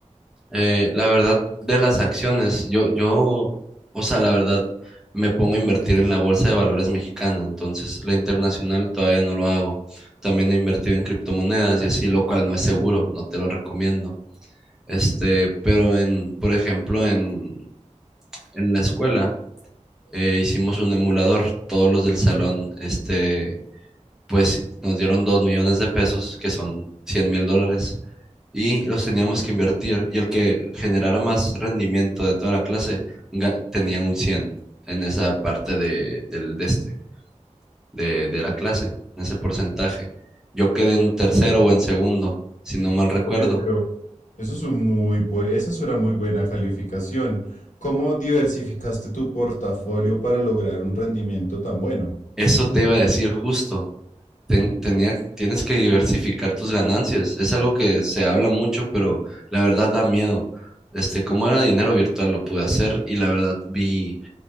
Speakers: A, in the centre; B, on the left.
A: Eh, la verdad de las acciones, yo, yo, o sea, la verdad me pongo a invertir en la bolsa de valores mexicana, entonces la internacional todavía no lo hago. También he invertido en criptomonedas y así, lo cual no es seguro, no te lo recomiendo. Este, pero en, por ejemplo, en, en la escuela eh, hicimos un emulador, todos los del salón, este, pues nos dieron 2 millones de pesos, que son cien mil dólares, y los teníamos que invertir. Y el que generara más rendimiento de toda la clase ga- tenía un 100 en esa parte de, del, de, este, de, de la clase, en ese porcentaje. Yo quedé en tercero o en segundo, si no mal recuerdo.
B: Oye, pero eso es un muy bue- esa es una muy buena calificación. ¿Cómo diversificaste tu portafolio para lograr un rendimiento tan bueno?
A: Eso te iba a decir justo. ten- tenía, tienes que diversificar tus ganancias. Es algo que se habla mucho, pero la verdad da miedo. Este, como era dinero virtual, lo pude hacer y la verdad vi,